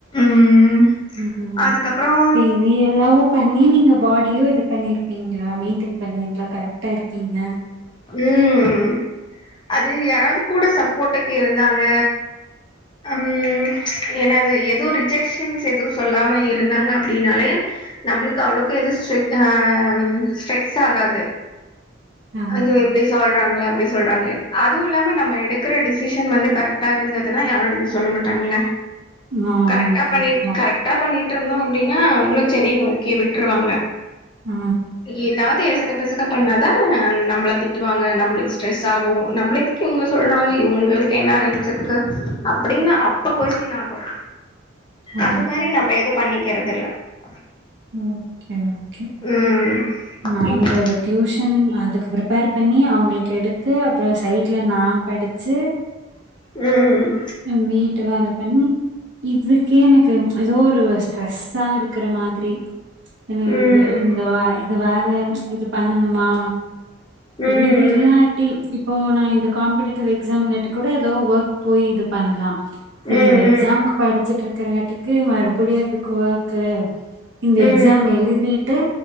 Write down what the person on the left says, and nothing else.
ம்
அதுக்கப்புறோ
உஹம் அது யாராவது கூட சப்போட்டுக்கு இருந்தாங்க ஹம் என்னது ஏதோ ரிஜெக்ஷன்ஸ் எதுவு சொல்லாம இருந்தாங்க அப்டின்னாலே நம்ளுக்கு அவ்ளவுக்கு எது <unintelligible> ஆஹ் ஸ்ட்ரெஸ் ஆகாது
அது எப்டி சொல்றாங்கள அப்டி சொல்றாங்கள அதுவு இல்லாம நம்ம எடுக்கிற டிசிஷன் வந்து கரெக்ட்டா இருந்துதுனா யாரோ இது சொல்ல மாட்டாங்கள
கரெக்டா
பண்ணிட்
கரெக்டா பண்ணிட் ட்ருனு அப்படின்னா அவங்களு செரி ஓகே விட்ருவாங்க
ஏதாவது ஏசகு பசக்கா பண்ணாதா நம்மள திட்டுவாங்க நம்மளுக்கு ஸ்ரெஸ் ஆகு நம்மள எதுக்கு இவங்க சொல்றாங்க இவுங்ளுக்கு என்ன ரைட்ஸ் இருக்கு அப்படின்னு அப்ப கொஸ்டின் ஆகொ
அது மாரி நம்ம எது பண்ணிக் <unintelligible>
ம்
இப்டி
உம்
ம்
ம்
ம் ம்
ம்